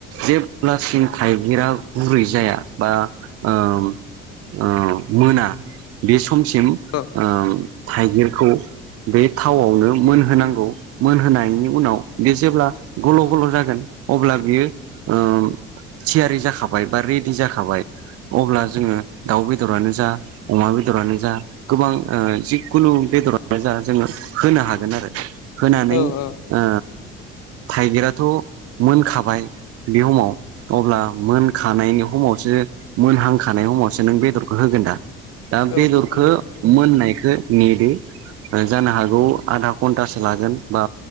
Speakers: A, on the right; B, on the left.
A: जेब्लासिम थाइगिरा गुरै जाया बा ओ ओ मोना बे समसिम
B: औ
A: ओ थाइगिरखौ बे थावआवनो मोनहोनांगौ मोनहोनायनि उनाव बे जेब्ला गल' गल' जागोन। अब्ला बियो ओ थियारि जाखाबाय बा रेडि जाखाबाय अब्ला जोङो दाउ बेदरानो जा अमा बेदरानो जा गोबां जिखुनु बेदरनो जा जोङो होनो हागोन आरो होनानै
B: औ औ
A: ओ थाइगिराथ' मोनखाबाय बे समाव अब्ला मोनखानायनि समावसो मोनहांखानायाव समावसो नों बेदरखौ होगोन दा दा
B: औ
A: बेदरखौ
B: नंगौ
A: मोननायखौ नेदो जानो हागौ आधा घन्टासो लागोन बा